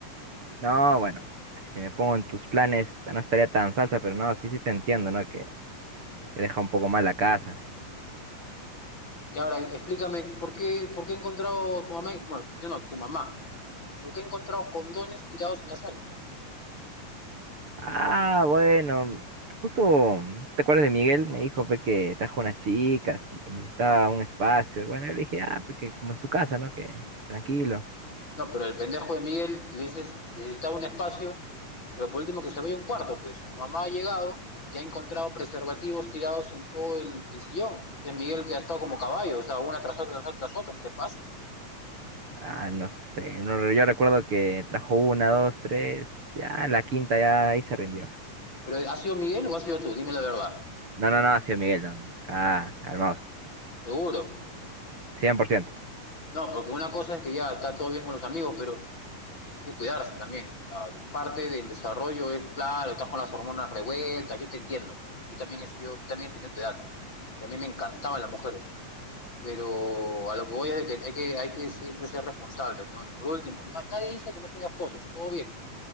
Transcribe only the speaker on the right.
No, bueno, si me pongo en tus planes, no estaría tan salsa, pero no, sí, sí te entiendo, ¿no? Que, que deja un poco mal la casa.
Ah, bueno, justo, si ¿te acuerdas de Miguel? Me dijo pues, que trajo unas chicas y que necesitaba un espacio. Bueno, yo le dije, ah, pues que como en su casa, ¿no? Que tranquilo.
Ah, no sé, no, yo recuerdo que trajo una, dos, tres, ya la quinta ya ahí se rindió.
No, no, no, ha sido Miguel, no, no, ca- calmaos,
cien por ciento